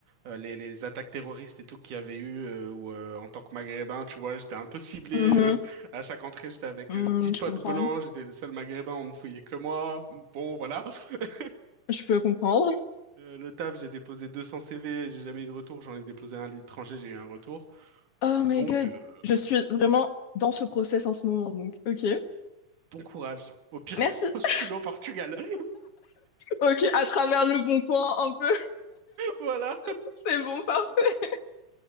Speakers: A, on the right (about 90°); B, on the left (about 55°).
A: euh, les, les attaques terroristes et tout qu'il y avait eu euh, où euh, en tant que Maghrébin, tu vois, j'étais un peu ciblé
B: Mhm,
A: euh, <laughs> à chaque entrée, j'étais avec
B: mhm,
A: euh, 10 potes
B: je comprends,
A: blancs, j'étais le seul Maghrébin, on me fouillait que moi. Bon, voilà. <laughs>
B: je peux comprendre.
A: Euh, le taf, j'ai déposé 200 CV, j'ai jamais eu de retour, j'en ai déposé un à l'étranger, j'ai eu un retour.
B: Oh
A: Donc,
B: my god,
A: euh,
B: je suis vraiment dans ce process en ce moment, donc ok.
A: bon courage. Au pire,
B: Merci.
A: <laughs> postule
B: <laughs>
A: au Portugal. <laughs>
B: Ok, à travers le bon coin un peu,
A: Voilà.
B: <laughs> c'est bon, parfait,